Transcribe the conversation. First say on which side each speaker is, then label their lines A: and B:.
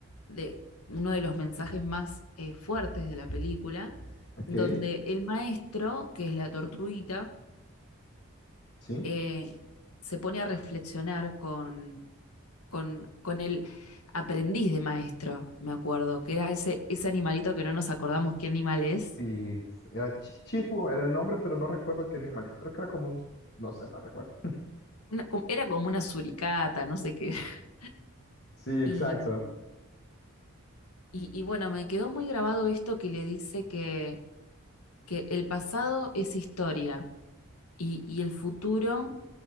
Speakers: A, on the left; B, on the left.
A: de uno de los mensajes más eh, fuertes de la película,
B: Ok,
A: donde el maestro, que es la tortuguita,
B: sí.
A: eh, se pone a reflexionar con, con, con el aprendiz de maestro, me acuerdo, que era ese, ese animalito que no nos acordamos qué animal es.
B: Sí, era Chi- Chifu, era el nombre, pero no recuerdo qué animalito. Creo que era como un... No sé, no recuerdo. <laughs>
A: Una- era como una suricata, no sé qué. <laughs>
B: Sí, exacto.
A: Y, y- y bueno, me quedó muy grabado esto que le dice que, que el pasado es historia y, y el futuro